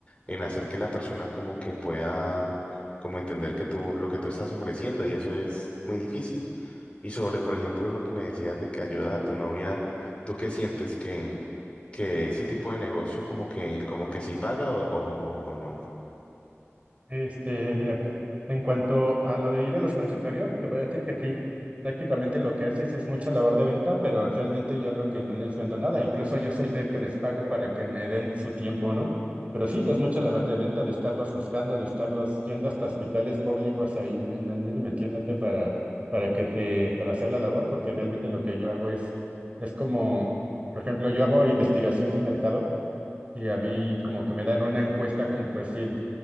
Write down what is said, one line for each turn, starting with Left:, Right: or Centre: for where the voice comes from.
Left: en hacer que la persona como que pueda como entender que tú lo que tú estás ofreciendo y eso es muy difícil. Y sobre, por ejemplo, lo que me decías de que ayuda a tu novia, ¿tú qué sientes que que ese tipo de negocio como que como que sí paga o o- o- o no?
Right: Este, mira, en cuanto a lo de ir a los consultorios, te voy a decir que sí. Prácticamente lo que haces es mucha labor de venta, pero realmente yo lo que no les vendo nada. Incluso yo soy el que les pago para que me den su tiempo, ¿no? Pero sí, es mucha labor de venta, de estarlos buscando, de estarlos yendo hasta hospitales públicos ahí, me- andando y metiéndote para, para que te, para hacer la labor, porque realmente lo que yo hago es, es como, por ejemplo, yo hago investigación de mercado y a mí como que me dan una encuesta como por decir